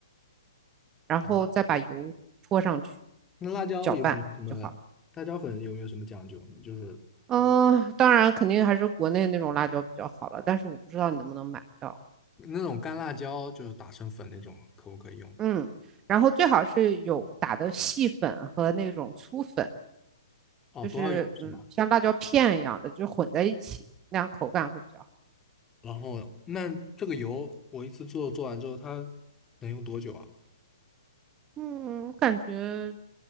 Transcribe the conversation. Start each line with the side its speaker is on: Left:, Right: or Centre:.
Right: 然后再把油泼上去，
Left: 啊，那辣椒有没有什么
Right: 搅拌就好了。
Left: 辣椒粉有没有什么讲究呢？就是
Right: 嗯，当然肯定还是国内那种辣椒比较好了，但是我不知道你能不能买到。
Left: 那种干辣椒，就是打成粉那种，可不可以用？
Right: 嗯，然后最好是有打的细粉和那种粗粉，
Left: 哦，
Right: 就是嗯，
Left: 多少油是吧？
Right: 像辣椒片一样的，就混在一起，那样口感会比较好。
Left: 然后那这个油我一次做做完之后，它能用多久啊？
Right: 嗯，我感觉